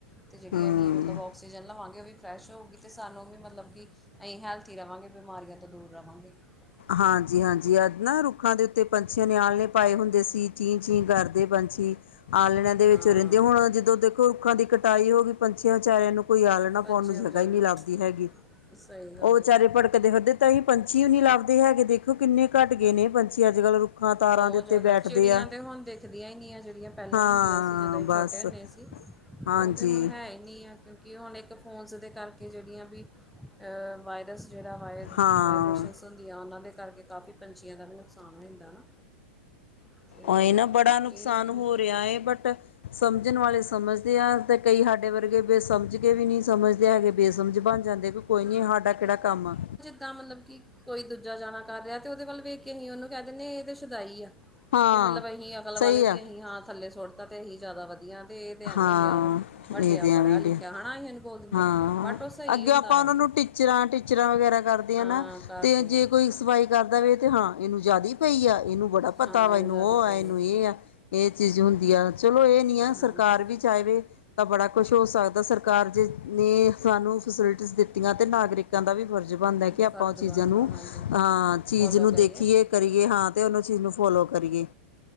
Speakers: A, in the centre; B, on the left.
A: ਅਤੇ ਜਿਹੜੀ
B: ਹਮ
A: ਅਸੀਂ ਮਤਲਬ ਔਕਸੀਜਨ ਲਵਾਂਗੇ ਉਹ ਵੀ ਫਰੈਸ਼ ਹੋਊਗੀ ਅਤੇ ਸਾਨੂੰ ਵੀ ਮਤਲਬ ਕਿ ਅਸੀਂ ਹੈਲਥੀ ਰਵਾਂਗੇ ਬਿਮਾਰੀਆਂ ਤੋਂ ਦੂਰ ਰਵਾਂਗੇ। ਹੈ
B: ਹਾਂਜੀ-ਹਾਂਜੀ।
A: ਨਾ
B: ਯਾਦ ਨਾ ਰੁੱਖਾਂ ਦੇ ਉੱਤੇ ਪੰਛੀਆਂ ਨੇ ਆਲਣੇ ਪਾਏ ਹੁੰਦੇ ਸੀ ਚੀਂ- ਚੀਂ ਕਰਦੇ ਪੰਛੀ ਆਲਣਿਆਂ ਦੇ ਵਿੱਚੋਂ
A: ਹਾਂ
B: ਰਹਿੰਦੇ ਹੁਣ ਜਦੋਂ ਦੇਖੋ ਰੁੱਖਾਂ ਦੀ ਕਟਾਈ ਹੋ ਗਈ ਪੰਛੀਆਂ ਬਚਾਰਿਆ ਨੂੰ ਕੋਈ ਆਲਣਾ
A: ਪੰਛੀਆਂ
B: ਪਾਉਣ ਨੂੰ ਜਗ੍ਹਾ
A: ਵਿਚਾਰਿਆਂ
B: ਹੀ ਨਹੀਂ ਲੱਭਦੀ
A: ਨੂੰ
B: ਹੈਗੀ
A: ਸਹੀ ਗੱਲ
B: ਉਹ ਵਿਚਾਰੇ
A: ਆ
B: ਭੜਕਦੇ ਫਿਰਦੇ ਤਾਂ ਹੀ ਪੰਛੀ ਨੀ ਲੱਭਦੇ ਹੈਗੇ ਦੇਖੋ ਕਿੰਨੇ ਘੱਟ ਗਏ ਨੇ ਪੰਛੀ। ਅੱਜ ਕੱਲ੍ਹ ਰੁੱਖਾਂ ਤਾਰਾਂ
A: ਬਹੁਤ
B: ਦੇ ਉੱਤੇ
A: ਜ਼ਿਆਦਾ
B: ਬੈਠਦੇ
A: ਚਿੜੀਆਂ
B: ਆ
A: ਤੇ ਹੁਣ ਦੇਖਦੀਆਂ ਹੀ ਨੀ ਚਿਹੜੀਆਂ ਪਹਿਲਾਂ
B: ਹਾਂ
A: ਹੁੰਦੀਆਂ ਸੀ ਜਦੋਂ ਇਹ
B: ਬਸ
A: ਛੋਟੇ ਹੁੰਦੇ ਸੀ।
B: ਹਾਂਜੀ
A: ਉਹ ਤਾਂ ਹੁਣ ਹੈ ਹੀ ਨਹੀਂ ਆ ਕਿਉਂਕਿ ਹੁਣ ਇੱਕ ਫੋਨਸ ਦੇ ਕਰਕੇ ਜਿਹੜੀਆਂ ਵੀ ਵਾਇਰਸ ਜਿਹੜਾ ਵਾਇਯਰਸ
B: ਹਾਂ
A: ਵਾਈਬਰੇਸ਼ਨਸ ਹੁੰਦੀਆਂ ਉਹਨਾਂ ਦੇ ਕਰਕੇ ਕਾਫ਼ੀ ਪੰਛੀਆਂ ਦਾ ਵੀ ਨੁਕਸਾਨ ਹੋ ਜਾਂਦਾ ਨਾ। ਅਤੇ
B: ਉਹੀ ਨਾ ਬੜਾ ਨੁਕਸਾਨ
A: ਇਹ ਆ ਵੀ
B: ਹੋ ਰਿਹਾ ਹੈ ਬਟ ਸਮਝਣ ਵਾਲੇ ਸਮਝਦੇ ਆ ਤੇ ਕਈ ਸਾਡੇ ਵਰਗੇ ਵੀ ਸਮਝ ਕੇ ਵੀ ਨਹੀਂ ਸਮਝਦੇ ਹੈਗੇ। ਬੇਸਮਝ ਬਣ ਜਾਂਦੇ ਕਿ ਕੋਈ ਨੀ ਹਾਡਾ ਕਿਹੜਾ ਕੰਮ ਆ।
A: ਤਾਂ ਮਤਲਬ ਕਿ ਕੋਈ ਦੂਜਾ ਜਾਣਾ ਕਰ ਰਿਹਾ ਤੇ ਉਹਦੇ ਵੱਲ ਵੇਖ ਕਿਸੀ ਉਹਨੂੰ ਕਹਿ ਦਿੰਦੇ ਇਹ ਤੇ ਸ਼ਦਾਈ ਆ
B: ਹਾਂ
A: ਵੀ ਮਤਲਬ ਅਸੀਂ ਅਕਲ ਵਾਲੇ
B: ਸਹੀ
A: ਵੀ
B: ਆ
A: ਅਸੀਂ ਹਾਂ ਥੱਲੇ ਸੁੱਟ ਤਾ ਤੇ ਅਸੀਂ ਜ਼ਿਆਦਾ ਵਧੀਆ ਤੇ ਇਹ ਤੇ ਐਵੇਂ
B: ਹਾਂ
A: ਡਿਆ ਵ ਵੱਡਿਆ
B: ਇਹ ਤੇ
A: ਪੜ੍ਹਿਆ
B: ਐਵੇਂ ਹੀ
A: ਲਿਖਿਆ
B: ਡਿਆ
A: ਹੈਨਾ ਐਵੇਂ ਬੋਲ ਦਿੰਦੇ।
B: ਹਾਂ
A: ਬਟ ਉਹ ਸਹੀ
B: ਅੱਗੇ
A: ਹੁੰਦਾ
B: ਆਪਾਂ ਉਹਨਾਂ
A: ਆ
B: ਨੂੰ ਟੀਚਰਾਂ ਟੀਚਰਾਂ ਵਗੈਰਾ ਕਰਦੇ
A: ਹਾਂ
B: ਆ ਨਾ
A: ਕਰਦੇ
B: ਤੇ
A: ਆ
B: ਜੇ ਕੋਈ ਸਫਾਈ ਕਰਦਾ ਵਵੇ ਤੇ ਹਾਂ ਇਹਨੂੰ ਜ਼ਿਆਦਾ ਪਈ ਆ ਇਹਨੂੰ ਬੜਾ ਪਤਾ
A: ਹਾਂ
B: ਵਾ ਇਹਨੂੰ
A: ਜ਼ਿਆਦਾ
B: ਉਹ ਆ
A: ਪਈ
B: ਇਹਨੂੰ ਇਹ ਆ ਇਹ ਚੀਜ਼ ਹੁੰਦੀ ਆ ਚਲੋ ਇਹ ਨੀ ਆ
A: ਹਾਂਜੀ
B: ਸਰਕਾਰ ਵੀ ਚਾਹਵੇ ਤਾਂ ਬੜਾ ਕੁੱਛ ਹੋ ਸਕਦਾ ਸਰਕਾਰ ਜੇ ਨੇ ਸਾਨੂੰ ਫੈਸਿਲਿਟੀਜ਼ ਦਿੱਤੀਆਂ ਅਤੇ ਨਾਗਰਿਕਾਂ ਦਾ ਵੀ ਫਰਜ਼ ਬਣਦਾ ਕਿ ਆਪਾਂ
A: ਫਰਜ਼
B: ਉਹ ਚੀਜ਼ਾਂ
A: ਬਣਦਾ
B: ਨੂੰ
A: ਹਾਂਜੀ
B: ਹਾਂ ਚੀਜ਼
A: ਫੋਲੋ
B: ਨੂੰ
A: ਕਰੀਏ
B: ਦੇਖੀਏ ਕਰੀਏ ਹਾਂ ਤੇ ਉਹ ਚੀਜ਼ ਨੂੰ ਫੋਲੋ ਕਰੀਏ